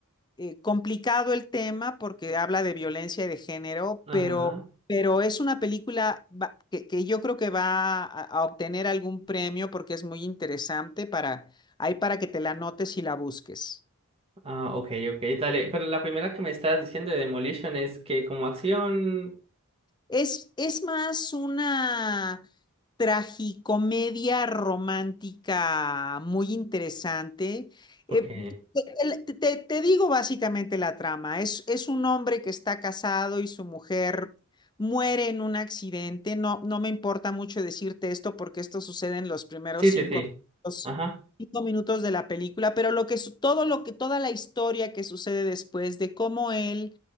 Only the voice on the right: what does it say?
Ajá.
Ah, ok, ok, dale. Pero la primera que me estabas diciendo de Demolition es que como acción.
Ok.
Sí,
sí, sí.
Ajá.